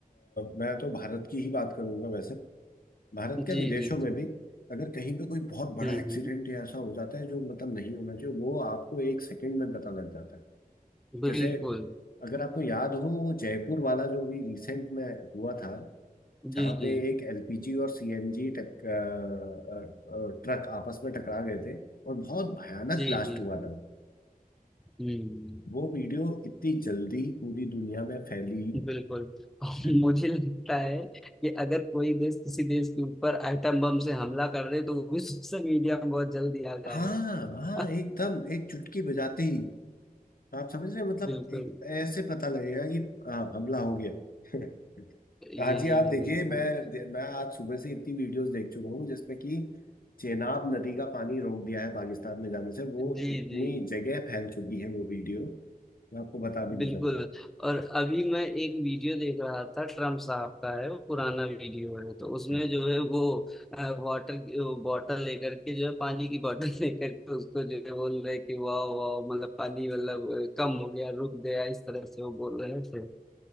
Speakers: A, on the left (about 75°); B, in the centre.
A: मैं तो भारत की ही बात करूंगा वैसे भारत क्या
B: जी
A: विदेशों
B: जी
A: में
B: जी
A: भी अगर कहीं पे कोई बहुत बड़ा
B: हम्म
A: एक्सीडेंट
B: हम्म
A: या ऐसा हो जाता है जो मतलब नहीं होना चाहिए वो आपको एक सेकंड में पता लग जाता है
B: बिल्कुल
A: जैसे अगर आपको याद हो वो जयपुर वाला जो भी रिसेंट में हुआ था जहाँ
B: जी जी
A: पे एक एलपीजी और सीएनजी टक अ, अ, अ, ट्रक आपस में टकरा गए थे और बहुत भयानक
B: जी
A: ब्लास्ट
B: जी
A: हुआ
B: जी
A: था
B: हम्म
A: वो वीडियो इतनी जल्दी पूरी दुनिया में फैली
B: बिल्कुल <laughs> और
A: है
B: मुझे लगता है कि अगर कोई देश किसी देश के ऊपर आइटम बम से हमला कर दे तो वो भी सोशल मीडिया में बहुत जल्दी आ जाएगा
A: हाँ हाँ एकदम
B: <laughs>
A: एक चुटकी बजाते ही आप समझ रहे हैं? मतलब
B: बिल्कुल
A: एक ऐसे पता लगेगा कि हाँ, हमला हो गया <laughs>
B: यही
A: हाँ जी आप
B: यही
A: देखिए
B: यही।
A: मैं मैं आज सुबह से इतनी वीडियोस देख चुका हूँ जिसमें कि चेनाब नदी का पानी रोक दिया है पाकिस्तान में जाने से वो
B: जी
A: इतनी
B: जी
A: जगह फैल चुकी है वो वीडियो मैं आपको बता भी नहीं
B: बिल्कुल
A: सकता
B: और अभी मैं एक वीडियो देख रहा था ट्रम्प साहब का है वो पुराना वीडियो है तो उसमें
A: <laughs>
B: जो है वो वाटर बॉटल लेकर के जो है पानी की बॉटल <laughs> लेकर के उसको जो है बोल रहे हैं कि वाह वाह मतलब पानी मतलब अ, कम हो गया रुक गया इस तरह से वो बोल रहे थे